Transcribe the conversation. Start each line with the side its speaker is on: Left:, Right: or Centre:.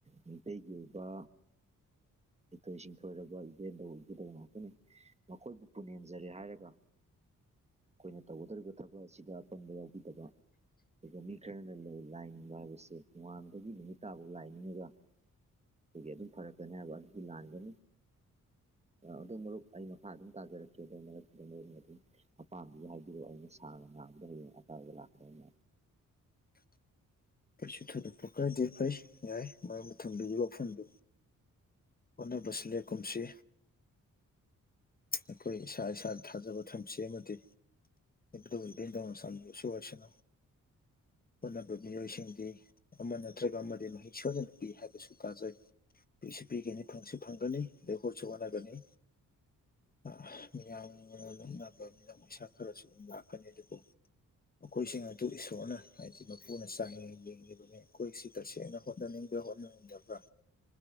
Right: ꯃꯩꯇꯩꯒꯤ ꯑꯣꯏꯕ ꯍꯩꯊꯣꯏ ꯁꯤꯡꯊꯣꯏꯔꯕ ꯏꯕꯦꯟꯗꯧ ꯏꯕꯨꯗꯧ ꯉꯥꯛꯇꯅꯤ ꯃꯈꯣꯏꯕꯨ ꯄꯨꯅꯦꯝꯖꯔꯦ ꯍꯥꯏꯔꯒ ꯑꯩꯈꯣꯏꯅ ꯇꯧꯒꯗꯧꯔꯤꯕ ꯊꯕꯛ ꯑꯁꯤꯗ ꯑꯄꯟꯕ ꯌꯥꯎꯕꯤꯗꯕ ꯑꯗꯨꯒ ꯃꯤ ꯈꯔꯅ ꯂꯩ ꯂꯥꯏꯅꯤꯡꯕ ꯍꯥꯏꯕꯁꯦ ꯅꯣꯡꯉꯥꯟꯕꯗꯒꯤ ꯅꯨꯃꯤꯠ ꯇꯥꯕꯧ ꯂꯥꯏꯅꯤꯡꯉꯒ ꯑꯗꯨꯒꯤ ꯑꯗꯨꯝ ꯐꯔꯛꯀꯅꯤ ꯍꯥꯏꯕ ꯑꯗꯨꯗꯤ ꯂꯥꯟꯒꯅꯤ ꯑꯥ ꯑꯗꯨ ꯃꯔꯨꯞ ꯑꯩ ꯃꯈꯥ ꯑꯗꯨꯝ ꯇꯥꯖꯔꯛꯀꯦ <unintelligible> ꯑꯄꯥꯝꯕꯗꯣ ꯍꯥꯏꯕꯤꯔꯣ ꯑꯩꯅ ꯁꯥꯡꯅ ꯉꯥꯡꯕꯗ ꯍꯌꯦꯡ ꯑꯀꯥꯏꯕ <unintelligible>
Left: <inaudible> ꯀꯩꯁꯨ ꯊꯣꯏꯗꯣꯛꯄ ꯀꯥꯏꯗꯦ ꯐꯩ ꯌꯥꯏ ꯃꯔꯨꯞꯅ ꯊꯝꯕꯤꯔꯤꯕ ꯋꯥꯐꯝꯗꯨ ꯍꯣꯠꯅꯕꯁꯨ ꯂꯦꯞꯀꯨꯝꯁꯤ ꯑꯩꯈꯣꯏ ꯏꯁꯥ ꯏꯁꯥ ꯊꯥꯖꯕ ꯊꯝꯁꯤ ꯑꯃꯗꯤ ꯏꯕꯨꯙꯧ ꯏꯕꯦꯟꯗꯧꯅ ꯆꯥꯟꯕꯤꯕꯁꯨ ꯑꯣꯏꯁꯅꯣ ꯍꯣꯠꯅꯕ ꯃꯤꯑꯣꯏꯁꯤꯡꯗꯤ ꯑꯃ ꯅꯠꯇ꯭ꯔꯒ ꯑꯃꯗꯤ ꯃꯍꯩ ꯁꯣꯏꯗꯅ ꯄꯤ ꯍꯥꯏꯕꯁꯨ ꯇꯥꯖꯩ ꯄꯤꯁꯨ ꯄꯤꯒꯅꯤ ꯐꯪꯁꯨ ꯐꯪꯒꯅꯤ ꯑꯗꯩ ꯍꯣꯠꯁꯨ ꯍꯣꯠꯅꯒꯅꯤ ꯑ ꯃꯤꯌꯥꯝꯅ <unintelligible> ꯄꯩꯁꯥ ꯈꯔꯁꯨ ꯑꯗꯨꯝ ꯂꯥꯛꯀꯅꯤ ꯑꯗꯨꯕꯨ ꯃꯈꯣꯏꯁꯤꯡ ꯑꯗꯨ ꯏꯁꯣꯔꯅ ꯍꯥꯏꯗꯤ ꯃꯄꯨꯅ ꯆꯥꯡꯌꯦꯡ ꯌꯦꯡꯂꯤꯕꯅꯤ ꯑꯩꯈꯣꯏꯁꯤ ꯇꯁꯦꯡꯅ ꯍꯣꯠꯅꯅꯤꯡꯕ꯭ꯔꯥ ꯍꯣꯠꯅꯅꯤꯡꯗꯕ꯭꯭ꯔꯥ